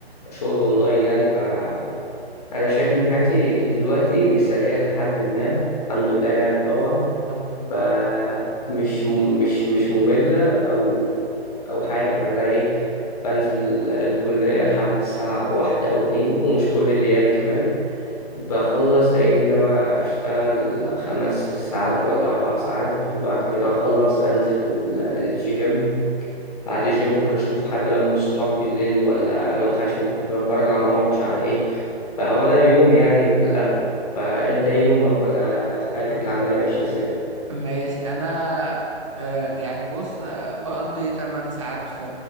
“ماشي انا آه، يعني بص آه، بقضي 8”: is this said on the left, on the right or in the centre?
Right